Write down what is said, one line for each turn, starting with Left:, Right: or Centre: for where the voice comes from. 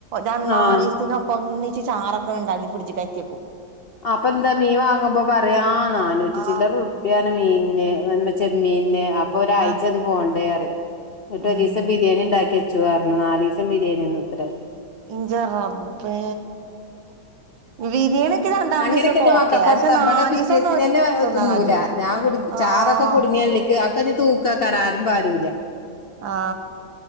Right: നല്ക്ക
Left: ആ
Right: ഒന്നിച്ച് ചാറൊക്കെ ഉണ്ടാക്കി ഫ്രഡ് കയറ്റക്കും
Left: അപ്പൊ എന്താ മീ വാങ്ങുമ്പോ പറയാ നാനൂറ്റി
Right: ആഹ്
Left: ചില്ലറ ഉറപ മീ ന് ചെമ്മീ ന് അപ്പൊ ഒരാഴ്ച
Right: ആഹ്
Left: അത് പോണ്ടിയാ റി എന്നിട്ട്
Right: ഉം
Left: ഒരു ദിവസം ബിരിയാണി ഉണ്ടാക്കി അച്ചുരണം നാല് ദിവസം ബിരിയാണി എന്ന് ഉത്തരായി
Right: ഇന്റെ റബ്ബേ ബിരിയാണിയൊക്കെ രണ്ടാമത്തെ
Left: അങ്ങനെയൊക്കെ
Right: ദിവസൊക്കെ
Left: എന്റെ
Right: ഓക്കെ
Left: മക്കൾക്ക്ടുതാൽ
Right: പക്ഷെ നാലീസൊന്നും
Left: ഇവി ടെ പിറ്റേന്ന് തന്നെ
Right: തിന്നാൻ
Left: തി ന്നൂല
Right: കജൂല
Left: ഞാൻ കു
Right: ആഹ്
Left: ചാറൊക്കെ കുടുങ്ങിയള്ളേക്ക് തൂക്കക്കാറ ആരും പരുല്ല
Right: ആ